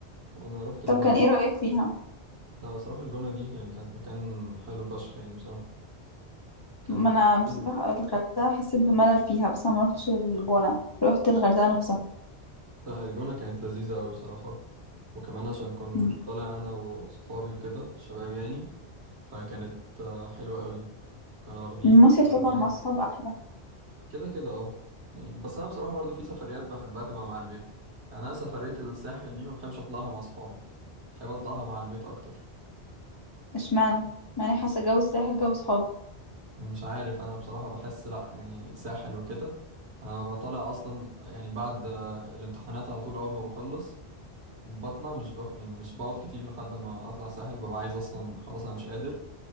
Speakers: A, on the right (about 70°); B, on the left (about 35°).
A: انا روحت الجونه
B: طب كان ايه رايك فيها
A: لا بصراحة الجونة دي يعني كانت مكان حلو فشخ يعني بصراحة كان
B: ما انا بصراحه
A: مم.
B: الغردقه حسيت بملل فيها بس انا ما رحتش الجونه رحت الغردقه نفسها
A: لا الجونة كانت لذيذة أوي بصراحة وكمان عشان كنت
B: مم.
A: طالع أنا وصحابي وكده شباب يعني فكانت آه، حلوة أوي كانوا واخدين
B: المصيف
A: كده
B: طبعا
A: زي
B: مع الصحاب احلى
A: كده كده اه يعني بس أنا بصراحة برضو في سفريات بحبها تبقى مع البيت يعني أنا سفرية الساحل دي ما بحبش أطلعها مع صحابي بحب أطلعها مع البيت أكتر
B: اشمعنى معني حاسه جو الساحل جو صحاب
A: مش عارف انا بصراحة بحس لا يعني ساحل وكده انا ببقى طالع اصلا يعني بعد آه، الامتحانات على طول اول ما بخلص بطلع مش بق... يعني مش بقعد كتير لحد ما اطلع ساحل ببقى عايز اصلا خلاص انا مش قادر